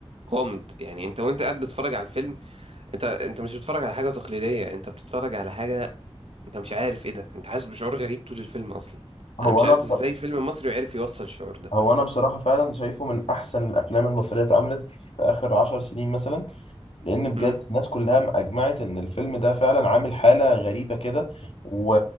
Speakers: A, on the right; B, on the left.
A: غامض يعني أنت وأنت قاعد بتتفرج على الفيلم أنت أنت مش بتتفرج على حاجة تقليدية أنت بتتفرج على حاجة أنت مش عارف إيه ده أنت حاسس بشعور غريب طول الفيلم أصلا
B: هو
A: أنا مش
B: انا
A: عارف
B: بص...
A: إزاي فيلم مصري عرف يوصل الشعور ده
B: هو انا بصراحة فعلا شايفه من احسن الافلام المصرية اتعملت في اخر عشر سنين مثلا لان بجد
A: امم
B: الناس كلها اجمعت ان الفيلم ده فعلا عامل حاله غريبه كده و...